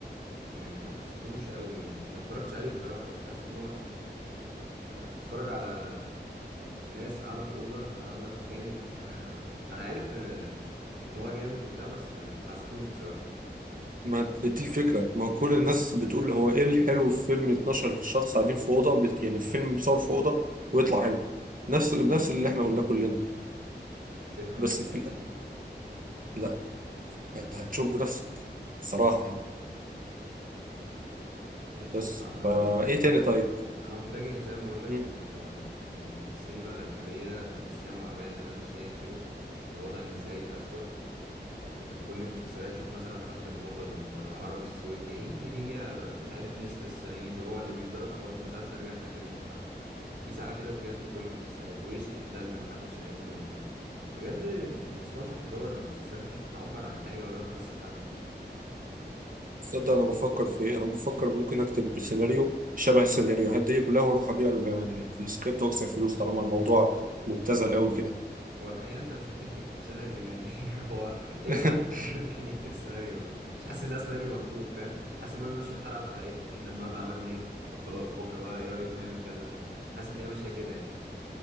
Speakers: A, on the right (about 80°); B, on the right (about 50°).
A: يعني ما حسيتوش قوي يعني ما اتفرجتش عليه بصراحة بس حاسس ان هو آه، بتتفرج على ناس قاعدة في أوضة قاعدة عمالة بتتخانق <laughs> انا عارف آه، ان هو جامد وبتاع بس ما ما حسيتوش بصراحة
B: ما دي الفكرة ما كل الناس بتقول هو ايه الحلو في فيلم 12 شخص قاعدين في أوضة بت- يعني فيلم بيصور في أوضة ويطلع حلو نفس نفس اللي احنا قلناه كلنا
A: مش شايف ان
B: بس
A: هو يستحق
B: في الأ-
A: يعني
B: لا هتشوف بنفسك صراحة يعني
A: ماشي
B: بس
A: بس عامة
B: فا إيه تاني طيب؟
A: انا متجه زي ما بقول لك
B: مم.
A: لل... للسينما الأجنبية لأن السينما العربية زي ما انت شايف كده الوضع من سيء لأسوأ آه، كل مسلسلات شوف مثلا فهد البطل آه، عرب السويركي هي هي مش عارف نسر الصعيد هو اللي بيتضرب في اول مسلسل يرجع في الاخر يجيب حقه قيس على كده بجد كل المسلسلات وايش ايش ده اللي محدش فاهم له يعني بجد المستوى في الانحدار المسلسلات مش بتعبر عن حاجة ولا بتمثل حد
B: تصدق أنا بفكر في إيه؟ أنا بفكر ممكن أكتب سيناريو شبه السيناريوهات دي كلها وأروح أبيع ال- ال- السكريبت وأكسب فلوس طالما الموضوع مبتذل أوي كده
A: هو الحقيقة انت مش محتاج تكتب سيناريو يعني <laughs> هو اي
B: <laughs>
A: حد ممكن يكتب سيناريو مش حاسس انها سيناريو مكتوب فاهم حاسس ان هم بيمشوا الحلقة بحلقتها احنا النهاردة عملنا ايه طب خلاص بكرة بقى ايه رأيكم نعمل كذا حاسس ان هي ماشية كده يعني